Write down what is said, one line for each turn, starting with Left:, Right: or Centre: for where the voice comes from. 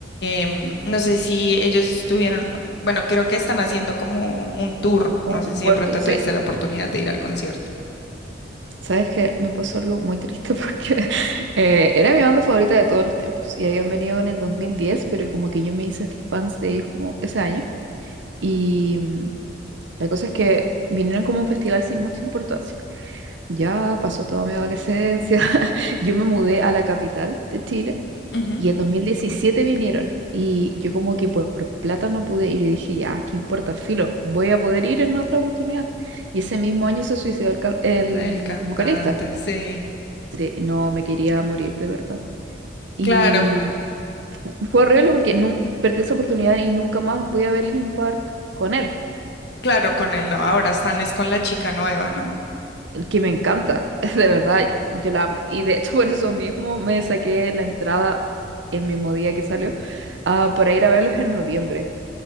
Left: Em, no sé si ellos estuvieron, bueno, creo que están haciendo como un tour, no
Right: Un
Left: sé si
Right: word,
Left: de pronto
Right: Sí,
Left: tuviste la oportunidad de ir al concierto.
Right: sabes que me pasó algo muy triste porque <laughs> eh, era mi banda favorita de todos los tiempos y habían venido en el 2010, pero como que yo me hice fans de ellos como ese año. Y mm, la cosa es que vinieron como a un festival sin mucha importancia. Ya pasó toda mi adolescencia. <laughs> Yo me mudé a la capital de Chile
Left: Ujú,
Right: y en 2017 vinieron y yo como que por plata no pude ir y dije, ya, ¿qué importa? Filo, voy a poder ir en otra oportunidad. Y ese mismo año se suicidó el, ca- el
Left: El cantante,
Right: vocalista.
Left: sí.
Right: Sí, no me quería morir de verdad. Y
Left: Claro,
Right: fu- fue horrible porque nun- perdí esa oportunidad y nunca más voy a ver Linkin Park con él.
Left: claro, con él no. Ahora están es con la chica nueva, ¿no?
Right: que me encanta, <laughs> de verdad, yo la amo. Y de hecho, <laughs> por eso mismo me saqué la entrada el mismo día que salió, ah, para ir a verlos en noviembre.